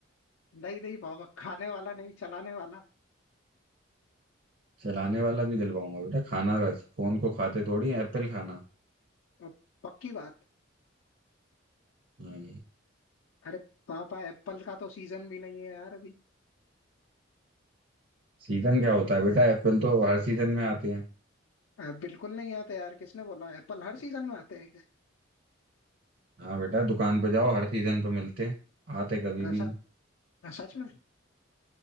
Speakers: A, on the left; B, on the right.
A: नहीं नहीं पापा खाने वाला नहीं चलाने वाला
B: चलाने वाला भी दिलवाऊंगा बेटा खाना वैसे फोन को खाते थोड़ी है, एप्पल खाना
A: अब पक्की बात
B: हाँ,
A: अरे पापा एप्पल का तो सीजन भी नहीं है यार अभी
B: सीजन क्या होता है बेटा एप्पल तो हर सीजन में आते हैं
A: अ, बिल्कुल नहीं आता यार किसने बोला एप्पल हर सीजन में आते हैं क्या
B: हाँ बेटा दुकान पे जाओ हर सीजन पे मिलते हैं आते कभी भी
A: ऐसा
B: हैं।
A: सच में